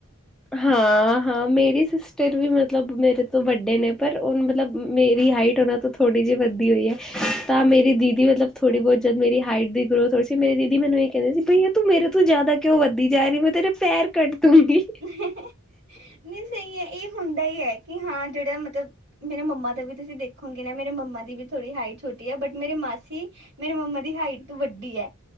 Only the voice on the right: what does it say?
ਨਹੀਂ ਸਹੀ ਹੈ। ਇਹ ਹੁੰਦਾ ਹੀ ਹੈ। ਕਿ ਹਾਂ ਜਿਹੜਾ ਮਤਲਬ ਮੇਰੇ ਮੰਮਾ ਦਾ ਵੀ ਤੁਸੀਂ ਦੇਖੋਗੇ ਨਾ, ਮੇਰੇ ਮੰਮਾ ਦੀ ਵੀ ਥੋੜ੍ਹੀ ਹਾਈਟ ਛੋਟੀ ਹੈ। ਬਟ ਮੇਰੇ ਮਾਸੀ ਮੇਰੇ ਮੰਮਾ ਦੀ ਹਾਈਟ ਤੋਂ ਵੱਡੀ ਹੈ।